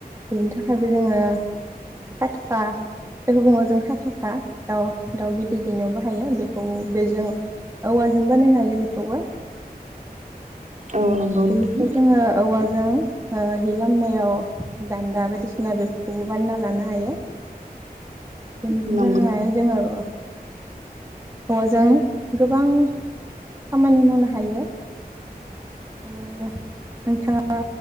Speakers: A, on the right; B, on the right.
A: बिनि थाखायबो जोंङो खाथखा जायखौ बुङो जों खाथखा दाउ दाउ बिद दैनायाव बाहायो बेखौ बेजों औवाजों बानायनोहायो बेखौबो।
B: औ
A: ओह
B: नंगौ
A: बेनिफ्राय
B: नोंथां
A: जोंङो औवाजों हो हि लामनायाव दान्दा बायदिसिना बेफोरखौबो बानना लानो हायो। बेनिफ्राहाय
B: नंगौ
A: हो औवाजों गोबां खामानि मावनो हायो ओह नोंथाङा